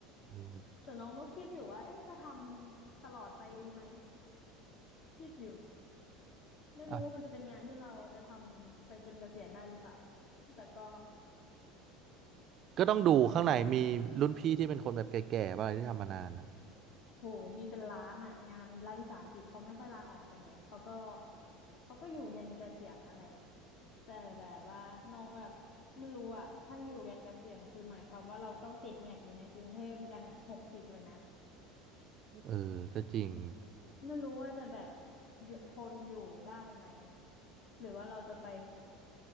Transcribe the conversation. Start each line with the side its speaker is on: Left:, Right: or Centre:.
Right: อืม
Left: แต่น้องก็คิดอยู่ว่าเอ๊ะจะทำตลอดไปดีไหมคิดอยู่ไม่รู้ว่ามันจะเป็นงานที่เราจะทำไปจนเกษียณได้หรือเปล่า
Right: อ่ะ
Left: แต่ก็
Right: ก็ต้องดูข้างในมีรุ่นพี่ที่เป็นคนแบบแก่ๆป่ะอะไรที่ทำมานานอ่ะ
Left: โหมีเป็นล้านอ่ะงานรัฐวิสาหกิจเขาไม่ค่อยลาออกกันไงเขาก็เขาก็อยู่ยันเกษียณนั่นแหละแต่แบบว่าน้องแบบไม่รู้อ่ะถ้าอยู่ยันเกษียณคือหมายความว่าเราต้องติดแงกอยู่ในกรุงเทพยันหกสิบเลยนะ
Right: เออก็จริง
Left: ไม่รู้ว่าจะแบบอยู่ทนอยู่ได้ไหมหรือว่าเราจะไป